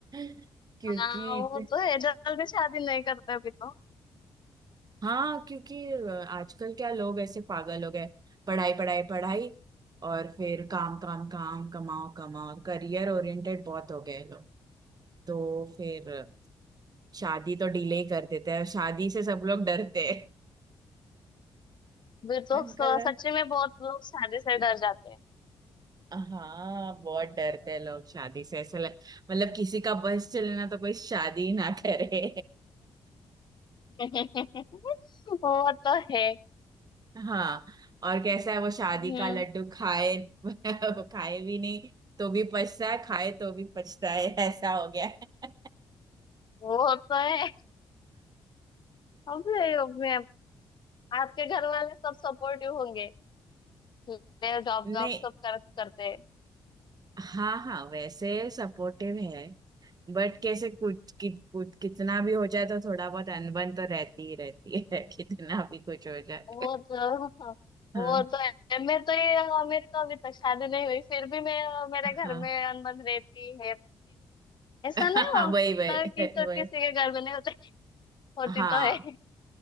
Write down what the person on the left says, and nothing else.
हाँ
वो तो है जल्दी शादी नहीं करते अभी तो
अभी तो
स- सच्ची में बहुत लोग शादी से डर जाते
हैं <laughs> वो तो है
हम्म
वो तो है अभी अभी आपके घर वाले सब सपोर्टिव होंगे जॉब
जॉब सब कर, करते हैं
वो तो हाँ,
वो तो है मैं तो ये हाँ, मेरे को अभी तक शादी नहीं हुई फिर भी मैं हाँ, मेरे
घर में अनबन रहती है
ऐसा
नहीं होता
कि तो
किसी के घर में नहीं होती होती
तो है